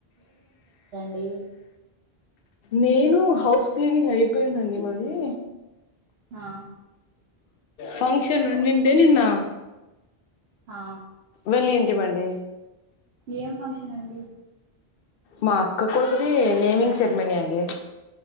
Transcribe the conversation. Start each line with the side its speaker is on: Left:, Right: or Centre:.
Right: డి
Left: నేను హౌస్ క్లీనింగ్ అయిపోయిందండి మాది
Right: ఆ
Left: ఫంక్షన్ ఉండిండే నిన్న
Right: ఆ
Left: వెళ్ళింటిమండి
Right: ఏం ఫంక్షన్ అండి
Left: మా అక్క కొడుకుది నేమింగ్ సెరిమనీ అండి